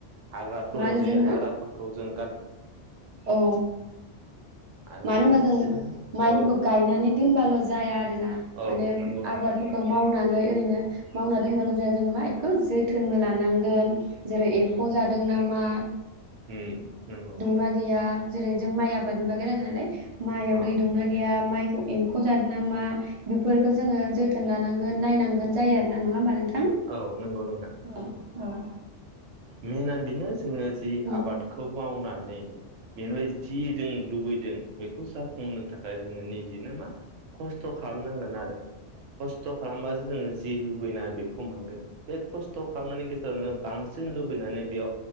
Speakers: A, on the right (about 85°); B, on the right (about 50°).
A: हाग्रा। र'जयो
B: मा होनो जोङो
A: हाग्राफोरखौ। जों
B: औ
A: उम आरो
B: मानो
A: बेनि
B: होनबा जों
A: सायाव
B: माइफोरखौ
A: औ
B: गायनानै दोनबाल' जाया आरोना
A: औ
B: माने
A: नंगौ नोंथां
B: आबादफोरखौ मावनानै। ओरैनो मावना दोनबाल' जाया जों मा एखौ जोथोनबो लानांगोन। जेरै एम्फौ
A: उम
B: जादों नामा
A: उम नोंंगौ।
B: मा गोया जेरै जों माइ आबादनि बागै रायलायदोंनालाय माइआव
A: अ
B: दै दंना गैया माइखौ एम्फौ जादों ना मा बेफोरखौ जोङो जोथोन लानांगोन नायनांगोन जायो आरो ना नङा होम्बा नोंथां
A: औ नंगौ नोंथां
B: औ
A: उम
B: औ
A: मेना बिनो जोङो जि
B: औ नंगौ
A: आबादखौ मावनानै <unintelligible> बेवहाय जि जों लुबै दों बेखौ जाफंनो थाखाय जोङो निजिनो मा खस्थ' खालामनांगोन आरो खस्थ' खालामबासो जोङो जि लुबैनाय बेखौ मोनगोन बे खस्थ' खालामनायनि गेजेराव नोङो बां सिन लुबैनानै बेयाव